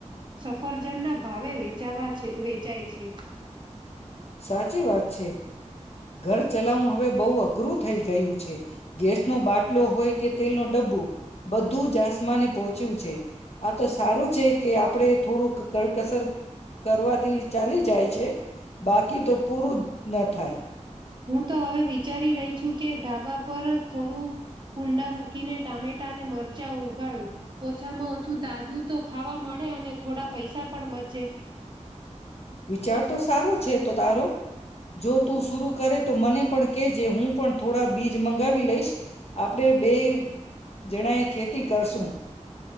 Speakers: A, on the right (about 40°); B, on the left (about 55°).
A: સફરજનના ભાવે વચાવા છે વેચાય છે.
B: સાચી વાત છે. ઘર ચલાવવું હવે બહુ અઘરું થઈ ગયું છે ગેસ નો બાટલો હોય કે તેલ નો ડબ્બો બધું જ આસમાને પહોંચ્યું છે. આ તો સારું છે કે આપ આપડે થોડુંક કડકસર કરવાથી ચાલી જાય. છે. બાકી તો પૂરું ન થાય.
A: હું તો હવે વિચારી રહી છું કે ધાબા પર થોડું કુંડા મૂકીને ટામેટા અને મરચાં ઉગાડું ઓછામાં ઓછું તાજું તો ખાવા મળે અને થોડા પૈસા પણ બચે.
B: વિચાર તો સારો છે તો તારો જો તું શુરૂ કરે તો મને પણ કેજ હું પણ થોડા બીજ મગાવી લઈશ. આપડે બે જણા એ ખેતી કરશું. <inaudible>